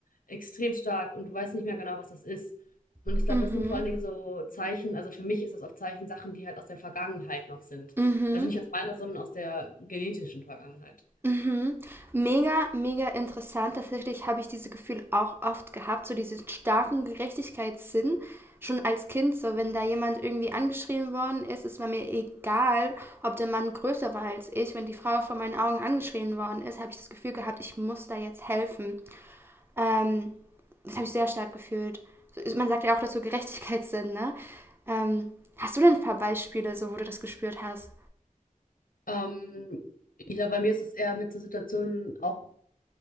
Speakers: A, on the left; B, on the right.
A: extrem stark und du weißt nicht mehr genau, was das ist. Und ich glaube,
B: Mhm.
A: das sind vor allen Dingen so Zeichen, also für mich ist das oft Zeichen, Sachen, die halt aus der Vergangenheit noch sind.
B: Mhm.
A: Also nicht aus meiner, sondern aus der genetischen Vergangenheit.
B: Mhm. Mega, mega interessant. Tatsächlich habe ich dieses Gefühl auch oft gehabt, so diesen starken Gerechtigkeitssinn. Schon als Kind, so wenn da jemand irgendwie angeschrien worden ist, es war mir egal, ob der Mann größer war als ich. Wenn die Frau vor meinen Augen angeschrien worden ist, habe ich das Gefühl gehabt, ich muss da jetzt helfen. Ähm, Das habe ich sehr stark gefühlt. Man sagt ja auch dazu Gerechtigkeitssinn, ne? Ähm, hast du denn ein paar Beispiele, so wo du das gespürt hast?
A: Ähm, ich glaube, bei mir ist es eher mit so Situationen auch